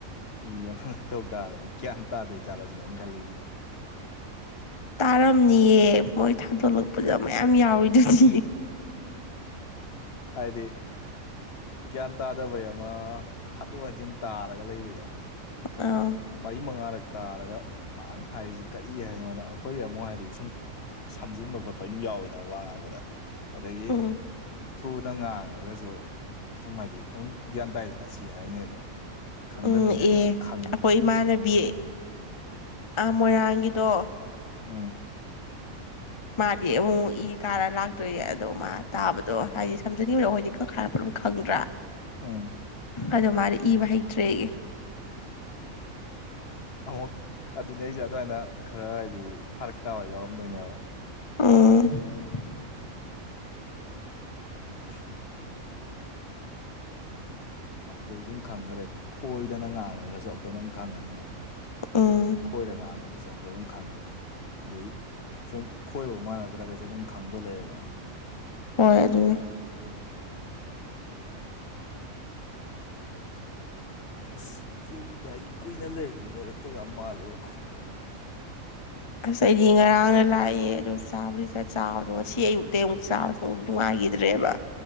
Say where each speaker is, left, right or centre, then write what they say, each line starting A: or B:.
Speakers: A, on the left; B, on the left.
A: ꯃꯤ ꯑꯃ ꯇꯧ ꯇꯥꯔꯒꯗꯤ ꯑ ꯒ꯭ꯌꯥꯟ ꯇꯥꯗꯣꯏ ꯆꯥꯠꯂꯁꯤꯅꯦ ꯑꯩꯅ ꯈꯜꯂꯤꯁꯦ
B: ꯇꯥꯔꯝꯅꯤꯌꯦ ꯃꯣꯏ ꯊꯥꯗꯣꯛꯂꯛꯄꯗ ꯃꯌꯥꯝ ꯌꯥꯎꯔꯤꯗꯨꯗꯤ
A: ꯑꯗꯤ <unintelligible> <inaudible> ꯒ꯭ꯌꯥꯟ ꯇꯥꯗꯕꯩ ꯑꯃ ꯍꯟꯗꯣꯛ ꯍꯟꯖꯤꯟ ꯇꯥꯔꯒ ꯂꯩꯕꯗꯣ
B: ꯑꯥ
A: ꯃꯔꯤ ꯃꯉꯥꯔꯛ ꯇꯥꯔꯒ ꯃꯥꯡ ꯍꯥꯏꯔꯤꯁꯤ ꯀꯔꯤ ꯍꯥꯏꯅꯣꯗ ꯑꯩꯈꯣꯏ ꯑꯃꯨꯛ ꯍꯥꯏꯗꯤ ꯁꯨꯝ ꯁꯝꯖꯤꯟꯕ ꯈꯣꯠꯄ ꯑꯗꯨꯝ ꯌꯥꯎꯋꯤꯗꯅ ꯋꯥ ꯉꯥꯡꯕꯗ ꯑꯗꯒꯤ
B: ꯎꯝ
A: ꯊꯨꯅ ꯉꯥꯡꯉꯒꯁꯨ ꯁꯨꯝ ꯍꯥꯏꯗꯤ ꯑꯗꯨꯝ ꯒ꯭ꯌꯥꯟ ꯇꯥꯏꯗꯅ ꯁꯤ ꯍꯥꯏꯅꯤ ꯑꯗꯣ ꯈꯪꯗꯕ
B: ꯎꯝ
A: ꯃꯤꯅꯗꯤ
B: ꯑꯦ
A: ꯑꯃꯨꯛꯪ
B: ꯑꯩꯈꯣꯏ ꯏꯃꯥꯟꯅꯕꯤ ꯑꯥ ꯃꯣꯏꯔꯥꯡꯒꯤꯗꯣ
A: ꯑꯥ
B: ꯃꯥꯗꯤ ꯑꯃꯨꯛ ꯏ ꯀꯥꯔ ꯂꯥꯛꯇꯣꯏꯅꯦ ꯑꯗꯣ ꯃꯥ ꯇꯥꯕꯗꯣ ꯍꯥꯏꯗꯤ ꯁꯝꯖꯅꯤꯡꯕꯣ ꯑꯩꯏꯗꯤ ꯀꯛꯔꯛꯄ ꯈꯪꯗ꯭ꯔꯥ
A: ꯎꯝ
B: ꯑꯗꯣ ꯃꯥꯗꯤ ꯏꯕ ꯍꯩꯇ꯭ꯔꯦꯌꯦ
A: ꯑꯃꯨꯛ ꯑꯗꯨꯅꯦ ꯑꯩꯖꯤ ꯑꯗꯨꯃꯥꯏꯅ ꯈꯔ ꯍꯥꯏꯗꯤ ꯐꯔꯛ ꯇꯥꯕ ꯌꯥꯎꯔꯝꯗꯣꯏꯅꯦꯕ
B: ꯎꯝ
A: <unintelligible> ꯑꯈꯣꯏ ꯗꯨꯝ ꯈꯪꯒꯔꯦ ꯈꯣꯏꯗꯅ ꯉꯥꯡꯉꯒꯁꯨ ꯑꯈꯣꯏꯅ ꯎꯝ ꯈꯪꯉꯅꯤ
B: ꯎꯝ
A: ꯈꯣꯏꯔ ꯉꯥꯡꯕꯗꯨꯁꯨ ꯑꯈꯣꯏ ꯑꯗꯨꯝ ꯈꯪꯉꯅꯤ ꯑꯗꯩꯩ ꯁꯨꯝ ꯈꯣꯏꯕ ꯃꯥꯟꯅꯗ꯭ꯔꯒꯁꯨ ꯑꯗꯨꯝ ꯈꯪꯗꯣ ꯂꯩꯔꯦꯗꯅ
B: ꯍꯣꯏ ꯑꯗꯨꯅꯤ
A: ꯑꯁ ꯌꯨꯝꯗ ꯑꯩ ꯀꯨꯏꯅ ꯂꯩꯔꯗꯤ ꯅꯣꯏꯔꯛꯇꯣ ꯌꯥꯝ ꯃꯥꯜꯂꯦꯕꯣ
B: ꯑꯁ ꯑꯩꯗꯤ ꯉꯔꯥꯡꯅ ꯂꯥꯛꯏ ꯑꯗꯨ ꯆꯥꯕꯔꯨꯏꯗꯤ ꯆꯥꯏ ꯆꯥꯕꯗꯣ ꯉꯁꯤ ꯑꯌꯨꯛꯇꯩ ꯑꯃꯨꯛ ꯆꯥꯕꯁꯨ ꯑꯃꯨꯛ ꯅꯨꯡꯉꯥꯏ ꯏꯗ꯭ꯔꯦꯕ